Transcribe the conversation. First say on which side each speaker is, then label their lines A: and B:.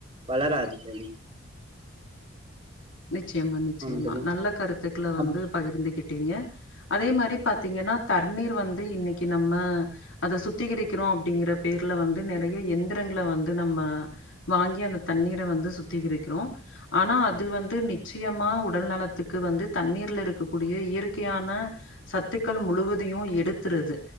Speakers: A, on the right; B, on the left.
A: வளராது தோழி
B: நிச்சயமா நிச்சயமா
A: ஆம் தோழி
B: நல்ல கருத்துக்கள வந்து
A: அப்
B: பகிர்ந்துக்கிட்டிங்க அதே மாரி பாத்தீங்கன்னா தண்ணீர் வந்து இன்னைக்கு நம்ம அத சுத்திகரிக்கிறோம் அப்டிங்கிற பேர்ல வந்து நெறையா எந்திரங்கள வந்து நம்ம வாங்கி அந்த தண்ணீர வந்து சுத்திகரிக்கிறோ ஆனா அது வந் து நிச்சயமா உடல் நலத்துக்கு வந்து தண்ணீர்ல இருக்கக்கூடிய இயற்கையான சத்துக்கள் முழுவதையும் எடுத்துருது